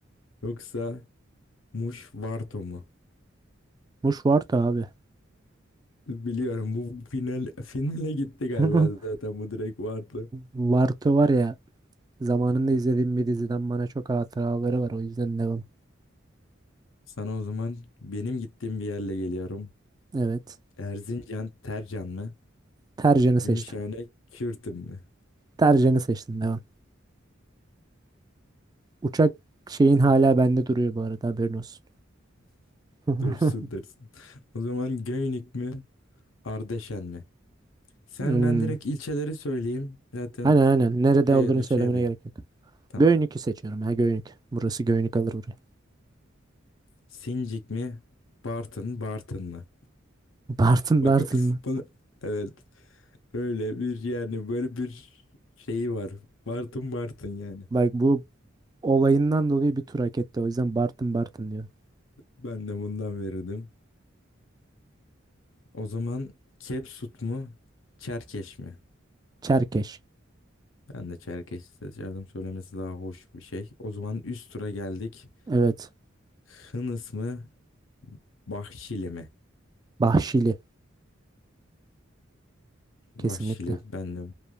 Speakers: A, on the left; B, on the right.
A: Yoksa Muş Varto mu?
B: Muş var da abi.
A: Biliyorum bu final finale gitti galiba
B: <laughs>
A: zaten bu direkt vardı.
B: Varto var ya zamanında izlediğim bir diziden bana çok hatıraları var o yüzden devam.
A: Sana o zaman benim gittiğim bir yerle geliyorum.
B: Evet.
A: Erzincan Tercan mı?
B: Tercan'ı
A: Gümüşhane
B: seçtim.
A: Kürtün mü?
B: Tercan'ı seçtim devam. Uçak şeyin hala bende duruyor bu arada haberin olsun. <laughs>
A: Dursun dursun. O zaman Göynük mü Ardeşen mi? Sen
B: hmm.
A: ben direkt ilçeleri söyleyeyim. Zaten
B: Aynen aynen. Nerede
A: şehri
B: olduğunu söylemene
A: şehri.
B: gerek yok.
A: Tamam.
B: Göynük'ü seçiyorum ha Göynük. Burası Göynük alır burayı.
A: Sincik mi Bartın Bartın mı?
B: <laughs> Bartın
A: Bak
B: Bartın
A: o-
B: mı?
A: bunu evet öyle bir yani böyle bir şeyi var. Bartın Bartın yani.
B: Bak bu olayından dolayı bir tur hak etti. O yüzden Bartın Bartın diyor.
A: Ben de bundan verirdim. O zaman Kepsut mu Çerkeş mi?
B: Çerkeş.
A: Ben de Çerkeş seçerdim. Söylemesi daha hoş bir şey. O zaman üst tura geldik.
B: Evet.
A: Hınıs mı? Bahşili mi?
B: Bahşili.
A: Bahşili.
B: Kesinlikle.
A: Ben de,